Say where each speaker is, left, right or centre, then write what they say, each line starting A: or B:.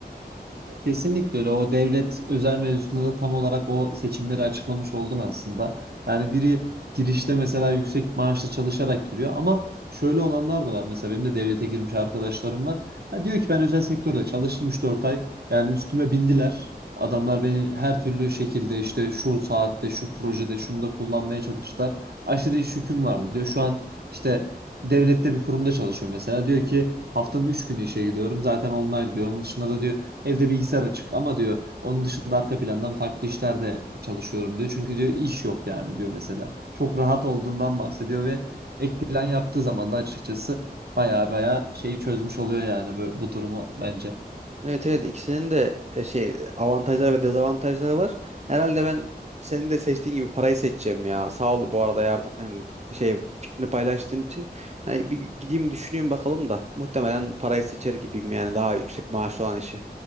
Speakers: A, on the right; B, on the right.
A: Ya Kesinlikle öyle. O devlet özel mevzusunda da tam olarak o seçimleri açıklamış oldun aslında. Yani biri girişte mesela yüksek maaşla çalışarak giriyor ama şöyle olanlar da var. Mesela benim de devlete girmiş arkadaşlarım var. Ha diyor ki ben özel sektörde çalıştım 3-4 ay. Yani üstüme bindiler. Adamlar beni her türlü şekilde işte şu saatte, şu projede, şunda kullanmaya çalıştılar. Aşırı iş yüküm vardı diyor. Şu an işte devlette bir kurumda çalışıyor mesela. Diyor ki haftanın 3 günü işe gidiyorum. Zaten online diyor. Onun dışında da diyor Evde bilgisayar açık ama diyor onun dışında arka plandan farklı işlerde çalışıyorum diyor. Çünkü diyor iş yok yani diyor mesela. Çok rahat olduğundan bahsediyor ve ek plan yaptığı zaman da açıkçası baya baya şeyi çözmüş oluyor yani bu, bu durumu bence.
B: Evet evet ikisinin de e, şey avantajları ve dezavantajları var. Herhalde ben senin de seçtiğin gibi parayı seçeceğim ya. Sağ ol bu arada yardım hani şey fikrini paylaştığın için. Hani bir gideyim düşüneyim bakalım da muhtemelen parayı seçer gibiyim yani daha yüksek maaşlı olan işi.